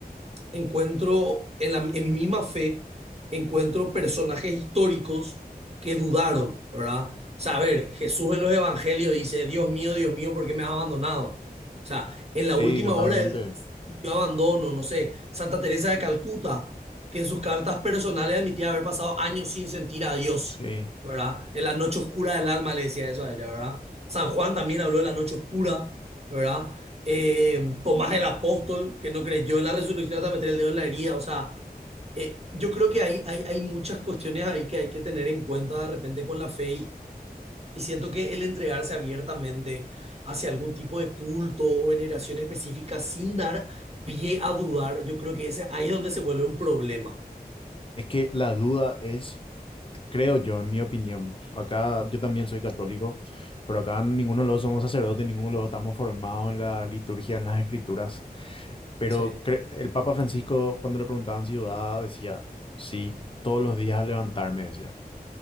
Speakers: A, on the right; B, on the left.
A: encuentro en, la- en mi misma fe, encuentro personajes históricos que dudaron, ¿verdad? O sea, a ver, Jesús en los evangelios dice, Dios mío, Dios mío, ¿por qué me has abandonado? O sea, en la
B: sí,
A: última
B: totalmente.
A: hora él, yo abandono, no sé, Santa Teresa de Calcuta, que en sus cartas personales admitía haber pasado años sin sentir a Dios,
B: Sí.
A: ¿verdad? En la noche oscura del alma le decía eso a ella, ¿verdad? San Juan también habló de la noche oscura, ¿verdad? eh, Tomás el apóstol, que no creyó en la resurrección hasta meter el dedo en la herida. O sea, eh, yo creo que hay, hay, hay muchas cuestiones ahí que hay que tener en cuenta de repente con la fe y, y siento que el entregarse abiertamente hacia algún tipo de culto o veneración específica sin dar pie a dudar, yo creo que ese, ahí es donde se vuelve un problema.
B: Es que la duda es, creo yo, en mi opinión, acá yo también soy católico, pero acá ninguno de los dos somos sacerdotes, ninguno de los dos estamos formados en la liturgia, en las escrituras. Pero
A: Sí,
B: cre- el Papa Francisco, cuando le preguntaban si dudaba, decía, sí, todos los días al levantarme, decía.